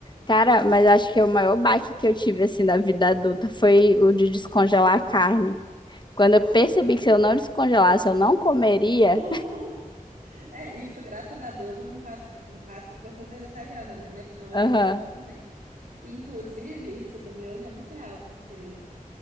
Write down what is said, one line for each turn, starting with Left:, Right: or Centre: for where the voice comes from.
Left: Cara, mas acho que o maior baque que eu tive, assim, da vida adulta foi o de descongelar a carne. Quando eu percebi que se eu não descongelasse, eu não comeria.
Right: <laughs> É, isso, graças a Deus, eu não passo, não passo porque eu sou vegetariana, né? Mas senão eu
Left: Aham.
Right: ia passar também. E, inclusive, isso do miojo é muito real, porque